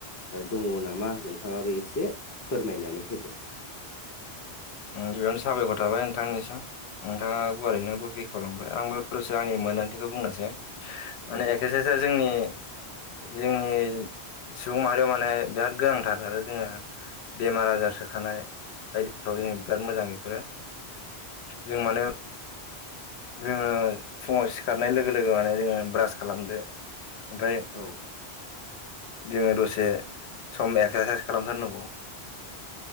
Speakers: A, on the left; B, on the left.
A: दंङ नामा नोंथाङाबो एसे फोरमायनानै होदो
B: गिबियावनो साबायखर थाबाय नोंथांनिसिम नोंथाङा गुवारैनो बेखाववलांबाय आंबो'सो आंनि मोन्दांथिखौ बुंनोसै
A: औ
B: माने एक्सारसाइसआ जोंनि जोंनि सुबुं मारिआव माने बिराद गोनांथार आरो जोङो बेमार आजार सोखानाय बायदिफ्राव जोंनो बिराद मोजां बेफोरो। जों मानो जोङो फुङाव सिखारनाय लोगो लोगो माने जोङो ब्रास खालामदो। ओमफ्राय
A: औ
B: जोङो दसे सम एक्सारसाइस खालामथारनांगौ। <unintelligible>